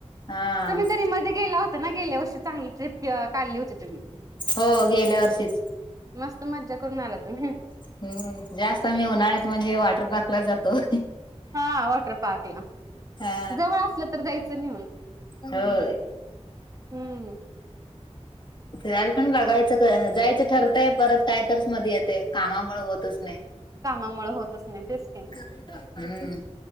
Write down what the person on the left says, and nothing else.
हा
हो, गेल्या वर्षीच.
हम्म, जास्त आम्ही उन्हाळ्यात म्हणजे वॉटर पार्कला जातो.
हा
होय.
फिरायल पण बघायचं जायचं ठरतय परत काय तरच मध्ये येते कामामुळ होतच नाही.
हम,